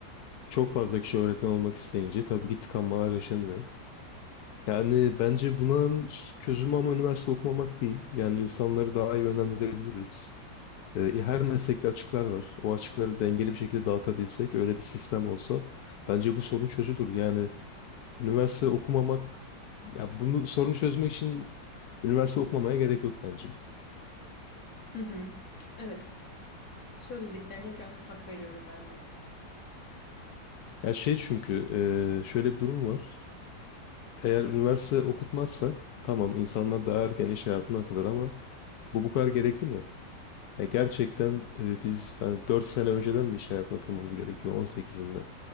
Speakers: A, on the left (about 65°); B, on the left (about 45°).
A: Çok fazla kişi öğretmen olmak isteyince tabii ki tıkanmalar yaşanıyor. Yani bence bunun çözümü ama üniversite okumamak değil. Yani insanları daha iyi yönlendirebiliriz. Ee, e, her meslekte açıklar var. O açıkları dengeli bir şekilde dağıtabilsek, öyle bir sistem olsa bence bu sorun çözülür. Yani üniversite okumamak, ya bunu sorunu çözmek için üniversite okumamaya gerek yok bence.
B: Hı hı. Evet, söylediklerine biraz hak veriyorum ben de.
A: Ya şey çünkü e, şöyle bir durum var. Eğer üniversite okutmazsak tamam insanlar daha erken iş hayatına atılır ama bu bu kadar gerekli mi? Ya gerçekten e, biz hani 4 sene önceden mi iş hayatına atılmamız gerekiyor on sekizinde,